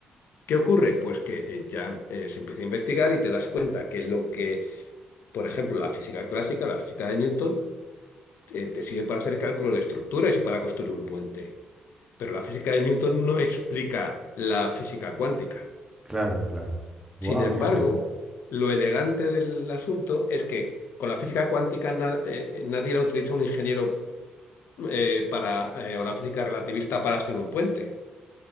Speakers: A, on the left (about 75°); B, on the right (about 20°).
A: ¿Qué ocurre? Pues que eh, ya eh, se empieza a investigar y te das cuenta que lo que, por ejemplo, la física clásica, la física de Newton, eh, te sirve para hacer cálculos de estructuras y para construir un puente. Pero la física de Newton no explica la física cuántica.
B: claro, claro. Wow,
A: Sin embargo,
B: qué te...
A: lo elegante del asunto es que con la física cuántica na- eh, nadie la utiliza un ingeniero eh, para, eh, o la física relativista para hacer un puente,